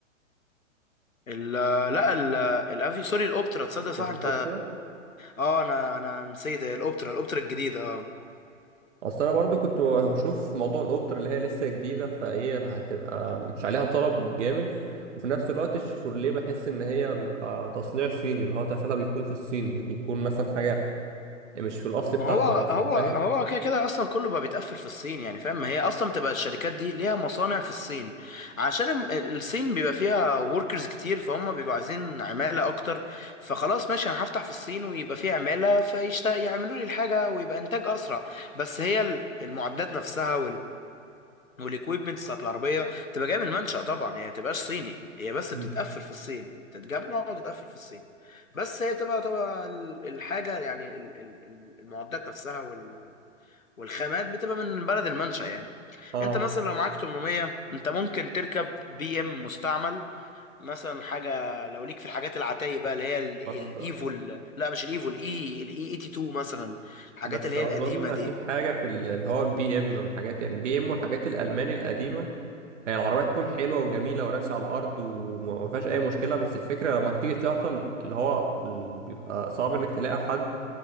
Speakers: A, on the left (about 85°); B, on the right (about 65°).
A: ال لا ال الافيو سوري الاوبترا تصدق صح
B: الأوبترا
A: انت اه انا انا نسيت هي الاوبترا الاوبترا الجديدة اه
B: اصل انا برضو كنت بشوف موضوع الاوبتر اللي هي لسه جديده فايه هتبقى مش عليها طلب جامد وفي نفس الوقت الشيفورليه بحس ان هي بيبقى تصنيع صيني اللي هو تقفلها بيكون في الصين مش بيكون مثلا حاجه يعني مش في الاصل
A: ما
B: بتاعها
A: هو
B: مثلا
A: هو
B: فاهم
A: هو كده كده اصلا كله بقى بيتقفل في الصين يعني فاهم ما هي اصلا تبقى الشركات دي ليها مصانع في الصين عشان الم- الصين بيبقى فيها وركرز كتير فهم بيبقوا عايزين عمالة اكتر فخلاص ماشي انا هفتح في الصين ويبقى فيه عمالة فيشتغل يعملوا لي الحاجة ويبقى انتاج اسرع بس هي ال- المعدات نفسها والاكويبمنتس بتاعت العربيه بتبقى جايه من المنشأ طبعا هي ما بتبقاش صيني هي بس
B: مم.
A: بتتقفل في الصين تتجمع وتتقفل في الصين بس هي تبقى تبقى ال- الحاجه يعني ال- ال- ال- المعدات نفسها وال- والخامات بتبقى من بلد المنشأ يعني
B: اه
A: انت مثلا لو معاك 800 انت ممكن تركب بي ام مستعمل مثلا حاجه لو ليك في الحاجات العتايه بقى اللي هي ال-
B: بس
A: الايفو ال- لا مش الايفو الاي الاي 82 مثلا الحاجات
B: بس
A: اللي هي
B: اظن
A: القديمه دي
B: في حاجه في ال- اللي هو البي ام والحاجات يعني البي ام والحاجات الالماني القديمه هي العربية تكون حلوة وجميلة وراسي على الأرض وما فيهاش أي مشكلة بس الفكرة لما بتيجي تعطل اللي هو ال- بيبقى صعب إنك تلاقي حد